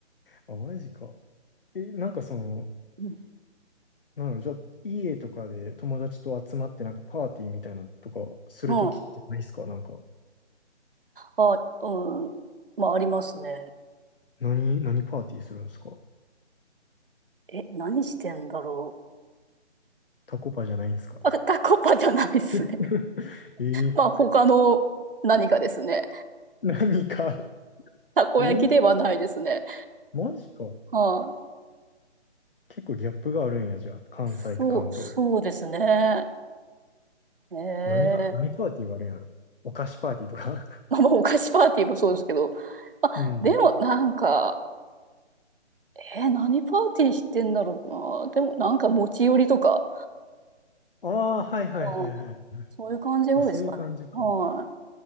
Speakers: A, on the left; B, on the right.
A: あ、マジか。え、なんかその、
B: うん。
A: なんだろう、じゃあ、家とかで友達と集まってなんかパーティーみたいなのとかするときってないっすかなんか、
B: まあ、あ、うん。まあ、ありますね。
A: 何、何パーティーするんですか
B: え、何してんだろ
A: タコパじゃないんですか
B: う。あ、タコパじゃないっすね。
A: <laughs> えー、
B: まあ、他の何かですね。
A: 何か。<laughs>
B: たこ焼きではないですね。
A: えマジか。
B: はい、
A: 結構ギャップがあるんや、じゃあ。関西と関東で。
B: そう、そうですね。ええ
A: 何が、何パーティーがあるんやろ。お菓子パーティーとか
B: まあ、まあお菓子パーティーもそうですけど。あ、
A: <laughs> うん。
B: でも、なんか、えー何パーティーしてんだろうな。でも、なんか持ち寄りとか、
A: ああ、はいはいはいはい。
B: うんそういう感じが多いですかね。
A: あ、そういう感じか。
B: は